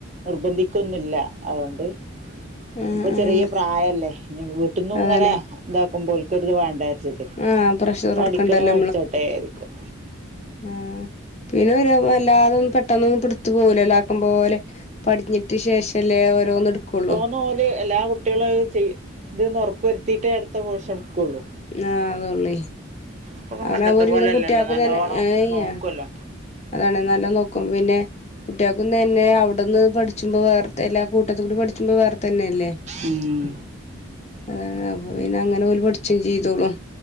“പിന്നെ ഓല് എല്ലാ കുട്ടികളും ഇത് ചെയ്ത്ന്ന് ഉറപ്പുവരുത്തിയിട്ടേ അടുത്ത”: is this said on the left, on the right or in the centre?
Right